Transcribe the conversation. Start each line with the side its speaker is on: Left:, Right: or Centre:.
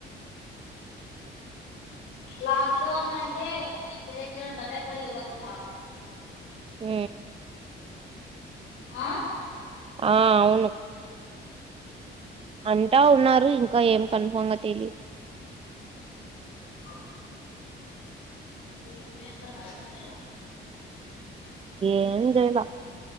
Left: లాక్డౌన్ అంటే ఇంగ ఇంటి దగ్గరే ఉండాలి ఎక్కడికి వెళ్ళకుండా
Right: ఉ
Left: ఆ
Right: ఆ అవును అంటా ఉన్నారు ఇంకా ఏం కన్ఫామ్ గా తెలి
Left: వో ఏం చేస్తున్నారున్నారు మీరు
Right: ఏం చేయాల